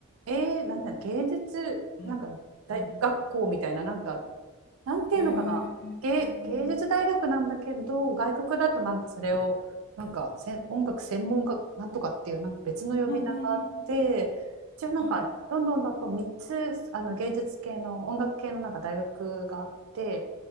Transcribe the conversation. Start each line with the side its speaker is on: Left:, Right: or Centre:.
Right: えー、なんだろう、芸術、
Left: うん
Right: なんか大学校みたいな、
Left: うんうん
Right: なんかなんていうのかな、
Left: へえ。
Right: 芸、
Left: うん
Right: 芸術大学なんだけど、外国だとなんかそれを、なんかせん音楽専門学なんとかっていう、なんか別の呼び名があって、
Left: うんうんうんうんうん
Right: 一応なんかロンドンだと3つあの芸術系の音楽系のなんか大学があって、
Left: はい。
Right: えっ